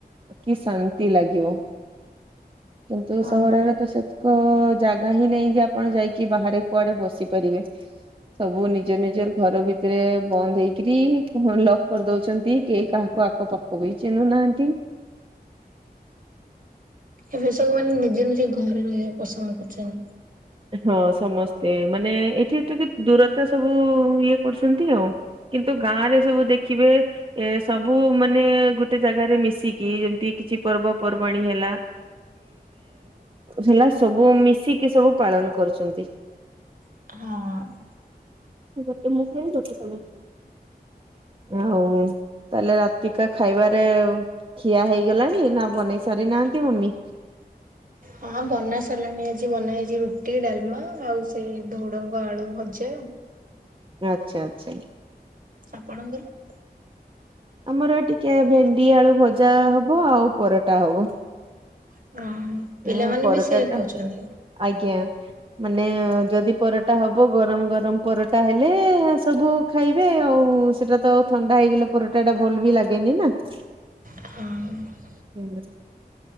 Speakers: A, on the right (about 30°); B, on the right (about 55°).
A: କି ଶାନ୍ତି ଲାଗିବ କିନ୍ତୁ
B: ହଁ
A: ସହରରେ
B: ବା
A: ତ ସେ ଜାଗା ହିଁ ନାଇଁ ଯେ ଆପଣ ଯାଇକି ବାହାରେ କୁଆଡେ ବସିପାରିବେ। ସବୁ ନିଜ ନିଜର ଘର ଭିତରେ ବନ୍ଦ ହେଇକିରି। ହଁ ଲକ କରିଦଉଛନ୍ତି କିଏ କାହାକୁ ଆଖ ପାଖ ବି ଚିହ୍ନୁନାହାନ୍ତି।
B: ଏବେ ସବୁ ମାନେ ନିଜ ନିଜ ଘରେ ରହିବା ପସନ୍ଦ କରୁଛନ୍ତି।
A: ହଁ ସମସ୍ତେ ମାନେ ଏଠି ତ କି ଦୂରତା ସବୁ ଇଏ କରୁଛନ୍ତି ଆଉ। କିନ୍ତୁ ଗାଁରେ ସବୁ ଦେଖିବେ। ଏ ସବୁ ମାନେ ଗୋଟେ ଜାଗାରେ ମିଶିକି ଯେମିତି କିଛି ପର୍ବପର୍ବାଣୀ ହେଲା। <unintelligible> ହେଲା ସବୁ ମିଶିକି ସବୁ ପାଳନ କରୁଛନ୍ତି।
B: ହଁ।
A: ଗୋଟେ ମୁଁ ଖାଇବି ଗୋଟେ ତମେ ଖାଇବ। ଆଉ ତାହେଲେ ରାତିକା ଖାଇବାରେ ଖିଆ ହେଇଗଲାଣି ନା ବନେଇ ସାରି ନାହାନ୍ତି ମମି?
B: ହଁ ବନା ସାରିଲାଣି ଆଜି ବନା ହେଇଛି ରୁଟି ଡାଲମା ଆଉ ସେଇ ଧୁଡ଼ଙ୍ଗ ଆଳୁ ଭଜା।
A: ଆଚ୍ଛା ଆଚ୍ଛା।
B: ଆପଣଙ୍କର?
A: ଆମର ଟିକେ ଭେଣ୍ଡି ଆଳୁ ଭଜା ହବ ଆଉ ପରଟା ହବ।
B: <unintelligible>
A: ଅ-ଅ ପରଟା
B: ବି ସେୟା
A: ଟା
B: ଖାଉଛନ୍ତି
A: ଆଜ୍ଞା ମାନେ-ଏ-ଏ-ଏ ଯଦି ପରଟା ହବ ଗରମ ଗରମ ପରଟା ହେଲେ-ଏ-ଏ-ଏ ସବୁ ଖାଇବେ ଆଉ-ଉ-ଉ-ଉ ସେଟା ତ ଥଣ୍ଡା ହେଇଗଲେ ପରଟା ଟା ଭଲ ବି ଲାଗେନି ନା। <unintelligible>
B: ହଁ।
A: ହୁଁ